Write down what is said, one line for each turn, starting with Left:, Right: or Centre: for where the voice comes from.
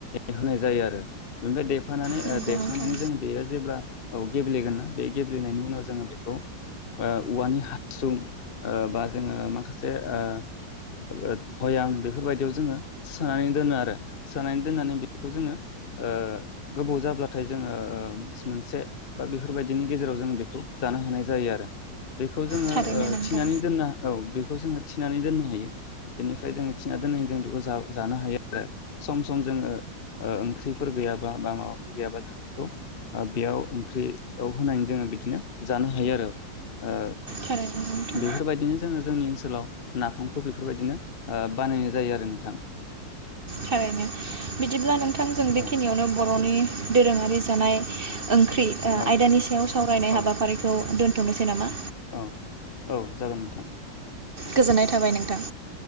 Left: ए होनाय जायो आरो ओमफ्राय देफानानै
Right: नंगौ
Left: ओ देखांनानै
Right: नोंथां
Left: जोङो बेयो जेब्ला औ गेब्लेगोन ना बे गेब्लेनायनि उनाव जोङो बेखौ ओ औवानि हासुं ओ बा जोङो माखासे ओ भयाम बेफोरबायदियाव जोङो सोनानै दोनो आरो सोनानै दोननानै बेफोरखौ जोङो ओ गोबाव जाब्लाथाय जोङो ओ मास मोनसे बा बेफोरबायदिनि गेजेराव जोङो बेखौ जानो हानाय जायो आरो। बेखौ जोङो
Right: थारैनो
Left: ओ
Right: नोंथां
Left: थिनानै दोनना औ। बेखौ जोङो थिनानै दोननो हायो बेनिफ्राय जोङो थिनानै दोननानै जों बेखौ जा। जानो हायो आरो सम सम जोङो ओ ओंख्रिफोर गैयाबा बा माबाफोर गैयाबा जों बेखौ बेयाव ओंख्रियाव होनानै जोङो बिदिनो जानो हायो आरो ओ
Right: थारैनो नोंथां
Left: बेफोरबायदिनो जोङो जोंनि ओनसोलाव नाफामखौ बेफोरबायदिनो ओ बानायनाय जायो आरो नोंथां।
Right: थारैनो बिदिब्ला नोंथांजों बेखिनियावनो
Left: औ
Right: बर'नि दोरोङारि जानाय। ओंख्रि आयदानि
Left: औ
Right: सायाव सावरायनाय
Left: औ
Right: हाबाफारिखौ दोन थनोसै नामा
Left: औ औ जागोन नोंथां
Right: गोजोननाय थाबाय नोंथां